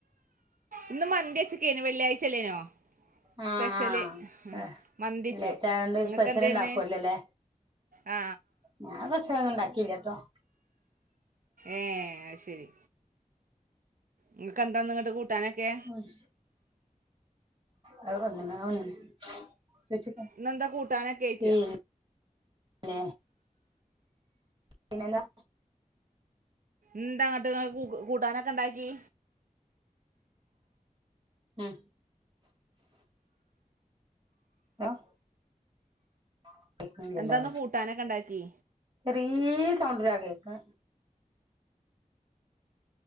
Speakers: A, on the right; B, on the right.
A: ഇന്ന് മന്തിച്ചക്കേന് വെള്ളിയാഴ്ചല്ലേനോ
B: ഉം
A: സ്പെഷ്യല്
B: ഉം
A: മന്തിച്ചു
B: വെള്ളിയാഴ്ചായോണ്ട്
A: നിങ്ങൾക്ക്
B: സ്പെഷ്യല്ണ്ടാക്കുവല്ലോല്ലേ.
A: എന്തേന്ന് ആ
B: ഞാൻ സ്പെഷ്യലൊന്നും ഇണ്ടാക്കീട്ടില്ലട്ടോ
A: ഏഹ് അയ്ശെരി ഇങ്ങക്ക് ന്താ ന്ന്ങ്ങ്ട്ട് കൂട്ടാനൊക്കെ?
B: മയ്. അത വന്ന്ണേയ് ച്ചേയ്ച്ചേക്കാ
A: ഇന്നെന്താ കൂട്ടാനൊക്കെ അയച്ച
B: ഏയ് <unintelligible> പിന്നെന്താ?
A: ന്താന്നെട്ട് ങ്ങള് കൂട്ടാനൊക്കെണ്ടാക്കി.
B: ഉം <unintelligible> കെക്ക്ണില്ലല്ലേ.
A: എന്താന്ന് കൂട്ടാനൊക്കെ ഉണ്ടാക്കി
B: ചെറിയെ സൗണ്ടിലാ കേക്ക